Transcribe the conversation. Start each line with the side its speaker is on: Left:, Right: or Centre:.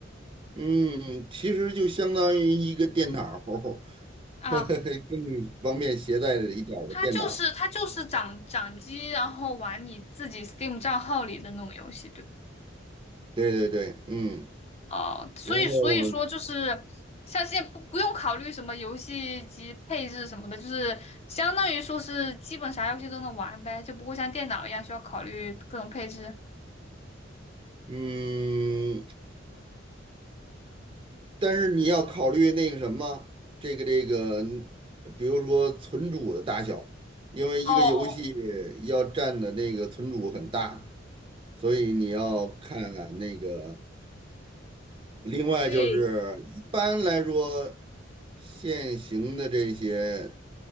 Right: 嗯，其实就相当于一个电脑儿，<laughs>
Left: 啊，
Right: 呵呵，更方便携带的一点儿的电脑儿。
Left: 它就是它就是掌掌机，然后玩你自己 Steam 账号里的那种游戏，对吧？
Right: 对对对，嗯，
Left: 哦，所以所以说就是像现在不不用考虑什么游戏机配置什么的，
Right: 然后
Left: 就是相当于说是基本啥游戏都能玩呗，就不会像电脑一样需要考虑各种配置。
Right: 嗯，但是你要考虑那个什么，这个这个，比如说存储的大小，因为一个游戏
Left: 哦，
Right: 要占的那个存储很大，所以你要看看那个。另外就是一般来说，
Left: 对，
Right: 现行的这些